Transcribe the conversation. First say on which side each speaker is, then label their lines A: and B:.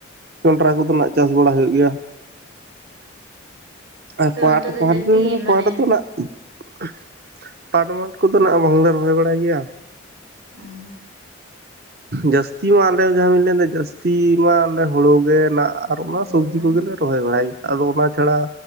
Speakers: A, on the right; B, on the right.
A: ᱡᱚᱱᱰᱨᱟ ᱠᱚᱫᱚ ᱱᱟᱜ ᱪᱟᱥ ᱵᱟᱲᱟ ᱦᱩᱭᱩᱜ ᱜᱮᱭᱟ᱾
B: ᱟᱯᱮ
A: ᱟᱨ ᱯᱟᱴ
B: ᱚᱱᱛᱮ ᱫᱚ
A: <unintelligible>
B: ᱡᱟᱹᱥᱛᱤ ᱢᱟᱱᱮ
A: ᱯᱟᱴ <unintelligible> ᱯᱟᱴᱢᱟᱴ ᱠᱚᱫᱚ ᱱᱟᱜ ᱵᱟᱝᱞᱮ ᱨᱚᱦᱚᱭ ᱵᱟᱲᱟᱭ ᱜᱮᱭᱟ ᱾
B: ᱚᱸ
A: ᱡᱟᱹᱥᱛᱤ ᱢᱟ ᱟᱞᱮ ᱡᱟᱦᱟᱸ ᱵᱤᱱ ᱞᱟᱹᱭ ᱫᱟ ᱡᱟᱹᱥᱛᱤ ᱢᱟ ᱟᱞᱮ ᱦᱩᱲᱳᱜᱮ ᱱᱟᱜ ᱟᱨ ᱚᱱᱟ
B: ᱦᱩᱲᱩ
A: ᱥᱚᱵᱡᱤ
B: ᱵᱟᱝ
A: ᱠᱚᱜᱮᱞᱮ ᱨᱚᱦᱚᱭ ᱵᱟᱲᱟᱭᱼᱟ ᱟᱫᱚ ᱚᱱᱟ ᱪᱷᱟᱲᱟ